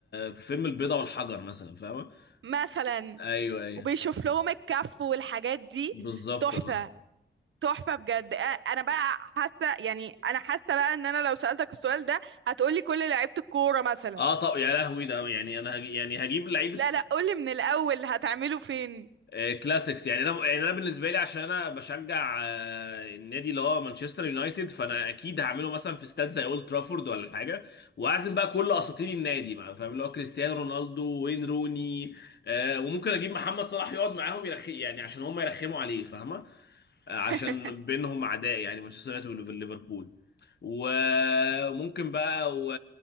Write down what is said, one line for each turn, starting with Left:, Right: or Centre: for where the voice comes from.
Left: في فيلم البيضه والحجر مثلا فاهمه
Right: مثلا
Left: ايوه ايوه
Right: وبيشوف لهم الكف والحاجات دي
Left: بالظبط
Right: تحفة
Left: اه
Right: تحفة بجد أ- انا بقى حاسة يعني انا حاسة بقى ان انا لو سألتك السؤال ده هتقولي كل لعيبة الكورة مثلا
Left: اه طب يا لهوي ده يعني انا هجي يعني هجيب لعيبه
Right: لا لا قولي من الاول هتعمله فين
Left: آه، كلاسيكس يعني انا يعني انا بالنسبه لي عشان انا بشجع آه، النادي اللي هو مانشستر يونايتد فانا اكيد هعمله مثلا في استاد زي اولد ترافورد ولا حاجه واعزم بقى كل اساطير النادي بقى فاهم اللي هو كريستيانو رونالدو وين روني آه، وممكن اجيب محمد صلاح يقعد معاهم يرخي يعني عشان هم يرخموا عليه فاهمه عشان
Right: <laughs>
Left: بينهم عداء يعني مانشستر يونايتد وليفربول وممكن بقى و...